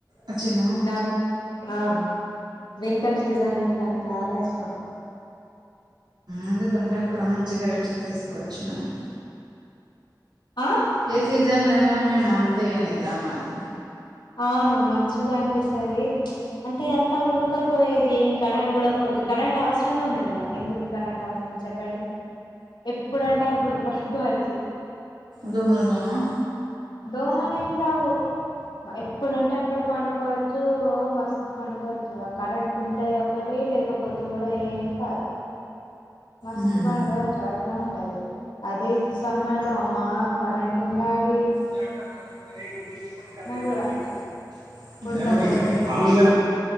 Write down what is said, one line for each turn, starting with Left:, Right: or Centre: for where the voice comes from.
Right: వచ్చినా
Left: నాకు ఆ వింటర్ సీజన్ అంటే నాకు చాలా ఇష్టం
Right: ఎందుకంటే అక్కడ మంచి కరెక్క్షలు తీసుకోవచ్చు నను
Left: ఆ
Right: ఏ సీజన్ లనే మే అంత ఏనద్రమ్ మాది
Left: అవును్ మంచిగా అనిపిస్తుంది అంటే అంతా ఉఊడకపోయేది ఏం కరెంట్ కూడాడ పోద్దు కరెంట్ అవసరమే ఉన్నది మాకు ఎందుకు కరెంట్ అవసరం చెప్ప చెప్పండి ఎప్పుడు అంటే అప్పుడు పడుకోవచ్చు
Right: దోమల్ రావా
Left: డోమో నం రాహు ఎప్పుడంటే అప్పుడు పండుకోవచ్చు మస్తు పండుకోవచ్చు ఆ కరెంట్ ఉంటది ఒకటి లేకపోతే కూడా ఏం కాదు మస్తు
Right: ఉమ్
Left: పని కావచ్చు అట్లా ఉంటది అదే సమ్మర్ లో అమ్మా కరెంట్ టండాాల
Right: ట్రాక్టర్ గల పైసా క జత
Left: కూడా
Right: బుల్లే
Left: ఉడకపోస్తది
Right: జరుూరిగా అనం